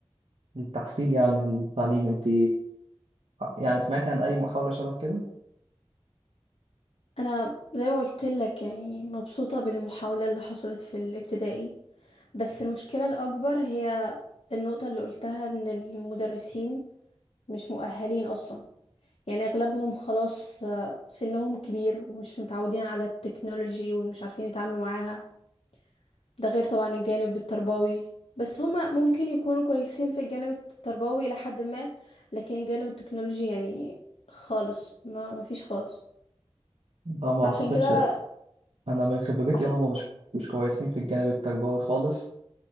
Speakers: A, on the right; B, on the left.
A: التحصيل يعني التعليم انت يعني سمعتي عن اي محاولة شبه كده؟
B: انا زي ما قلت لك يعني مبسوطة بالمحاولة اللي حصلت في الابتدائي بس المشكلة الاكبر هي النقطة اللي قلتها ان المدرسين مش مؤهلين اصلا يعني اغلبهم خلاص آه، سنهم كبير ومش متعودين على التكنولوجي ومش عارفين يتعاملوا معاها ده غير طبعا الجانب التربوي بس هما ممكن يكونوا كويسين في الجانب التربوي إلى حد ما لكن الجانب التكنولوجي يعني خالص ما ما فيش خالص
A: لا ما
B: فعشان
A: اعتقدش
B: كده
A: انا من خبرتي
B: عشان
A: هما مش مش كويسين في الجانب التربوي خالص